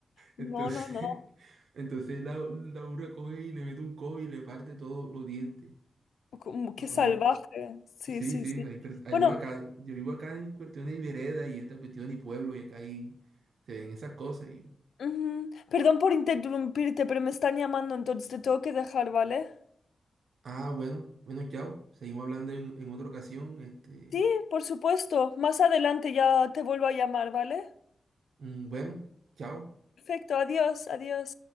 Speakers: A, on the left; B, on the right.
A: no,
B: entonces,
A: no, no.
B: entonces la, la burra coge y le mete un codo y le parte todos los dientes.
A: Como, qué
B: No, pero
A: salvaje. Sí,
B: Sí,
A: sí,
B: sí,
A: sí.
B: hay pers- ah,
A: Bueno,
B: no, acá, yo vivo acá en cuestión de vereda y esta cuestión y pueblo y acá ahí se ven esas cosas. Y yo,
A: ujú, perdón por interrumpirte, pero me están llamando, entonces te tengo que dejar, ¿vale?
B: ah, bueno, bueno, chao. Seguimos hablando en, en otra ocasión. Este,
A: Sí, por supuesto. Más adelante ya te vuelvo a llamar, ¿vale?
B: mm, bueno, chao.
A: Perfecto, adiós, adiós.